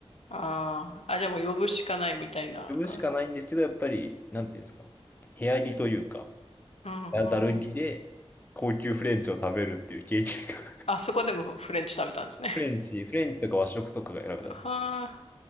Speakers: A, on the left; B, on the left.
A: あーあ、じゃあもう呼ぶしかないみたいな感じ。
B: 呼ぶしかないんですけど、やっぱり、なんていうんですか、部屋着というか、
A: うんうん。
B: だる着で、高級フレンチを食べるっていう経験が。
A: あ、そこでもフレンチ食べたんですね。
B: <laughs> フレンチ、フレンチとか和食とかが選べた。
A: はあ。
B: う